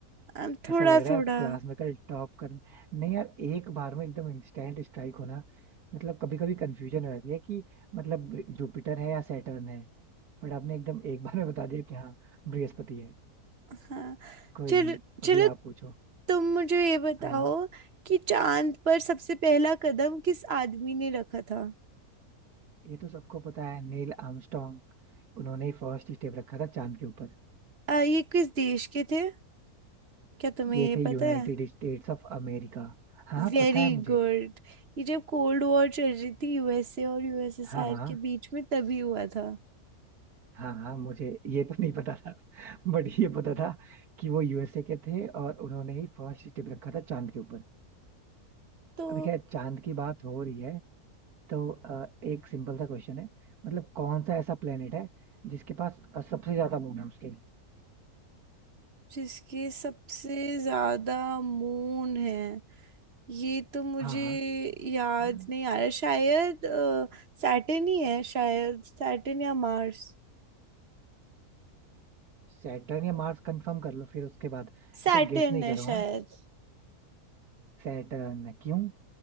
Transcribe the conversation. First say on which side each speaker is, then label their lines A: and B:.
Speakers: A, on the right (about 45°); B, on the right (about 75°).
A: अ, थोड़ा
B: ऐसा लग रहा
A: थोड़ा
B: है आप क्लास में कल टॉप कर नहीं यार एक बार में एकदम इंस्टेंट स्ट्राइक होना मतलब कभी कभी कंफ्यूजन हो जाती है कि मतलब जुपिटर है या सैटर्न है बट आपने एकदम एक बार में बता दिया कि हाँ बृहस्पति है
A: हाँ
B: कोई
A: चलो
B: नहीं अभी
A: चलो
B: आप पूछो
A: तुम मुझे ये बताओ
B: हाँ
A: कि चांद पर सबसे पहला कदम किस आदमी ने रखा था
B: ये तो सबको पता है नील आर्मस्ट्रॉन्ग उन्होंने ही फर्स्ट स्टेप रखा था चांद के ऊपर
A: अ, ये किस देश के थे क्या तुम्हें
B: ये
A: ये
B: थे यूनाइटेड
A: पता है
B: स्टेट्स ऑफ अमेरिका हाँ हाँ,
A: Very
B: पता है मुझे
A: good ये जब कोल्ड वॉर चल रही थी यूएसए और यूएसएसआर
B: हाँ हाँ
A: के बीच में तभी हुआ था
B: हाँ हाँ मुझे ये तो नहीं पता था। बट ये पता था कि वो यूएसए के थे और उन्होंने ही फर्स्ट स्टेप रखा था चांद के ऊपर
A: तो
B: अभी खैर चांद की बात हो रही है तो अ, एक सिंपल सा क्वेश्चन है मतलब कौन सा ऐसा प्लेनेट है जिसके पास अ, सबसे ज्यादा मून है उसके
A: जिसके सबसे ज्यादा मून है ये तो मुझे
B: हाँ
A: याद
B: हाँ
A: नहीं आ रहा शायद सैटर्न ही है शायद सैटर्न या मार्स
B: सैटर्न या मार्स कंफर्म कर लो फिर उसके बाद
A: सैटर्न
B: ऐसे गेस नहीं
A: है
B: करो
A: शायद
B: हाँ सैटर्न क्यों